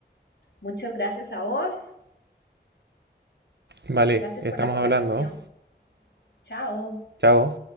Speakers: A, on the left; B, on the right.
A: Muchas gracias a vos,
B: Vale,
A: gracias
B: estamos
A: por la conversación.
B: hablando.
A: Chao.
B: Chao.